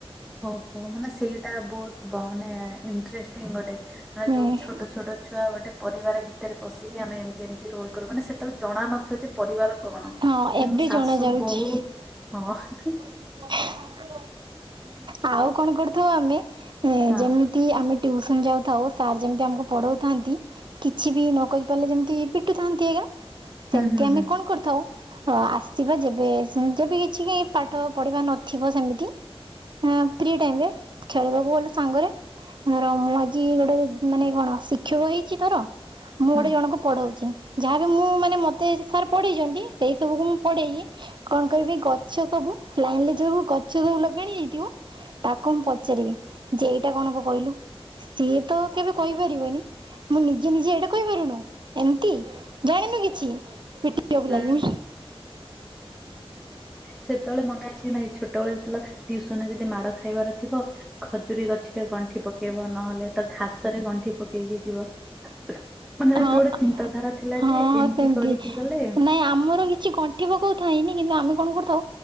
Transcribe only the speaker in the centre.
ଓହୋ ମାନେ ସେଇଟା ବହୁତ ମାନେ ଇଣ୍ଟରେଷ୍ଟିଙ୍ଗ ଗୋଟେ ମାନେ
ଯୋଉ ଛୋଟ ଛୋଟ ଛୁଆ ଗୋଟେ ପରିବାର ଭିତରେ ପଶିକି ଆମେ ଏମିତି ଏମିତି ରୋଲ୍ କରୁ ମାନେ ସେତେ ବେଳେ ଜଣା ନଥିବ ଯେ ପରିବାର କଣ
କିନ୍ତୁ
ଶାଶୁ
ବୋହୂ ହଁ
<inaudible>
ହଁ
ହୁଁ
ହୁଁ
ହୁଁ
ହୁଁ।
ହଁ
ସେତେବେଳେ ମନେ ଅଛି ନା ଏଇ ଛୋଟବେେଳେ ଯେତେବେଳେ ଟ୍ୟୁସନରେ ଯଦି ମାଡ ଖାଇବାର ଥିବ ଖଜୁରୀ ଗଛରେ ଗଣ୍ଠି ପକ ପକେଇବ ନହେଲେ ତ ଘାସ ରେ ଗଣ୍ଠି ପକେଇକି ଯିବ ମାନେ ସେତେବେଳେ
ଗୋଟେ ଚିନ୍ତାଧାରା ଥିଲା
ଯେ
ଏମିତି
କରିକି ଗଲେ